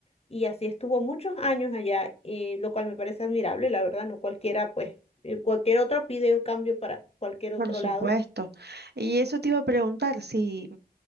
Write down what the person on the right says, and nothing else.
por
supuesto.
Y eso te iba a preguntar si,